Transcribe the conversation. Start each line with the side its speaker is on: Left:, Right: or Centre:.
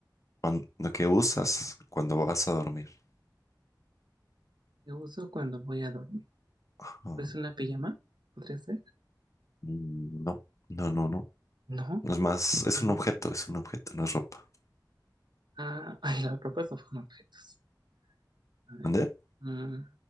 Left: Cuan- lo que usas cuando vas a dormir.
Right: ¿Qué uso cuando voy a dormir?
Left: Ajá.
Right: Pues una pijama, ¿podría ser?
Left: Mm, No, no, no, no.
Right: No,
Left: Es más,
Right: pijama.
Left: es un objeto, es un objeto, no es ropa.
Right: Ah, <laughs> ay, la ropa son objetos. A ver.
Left: ¿Dónde?
Right: Mm,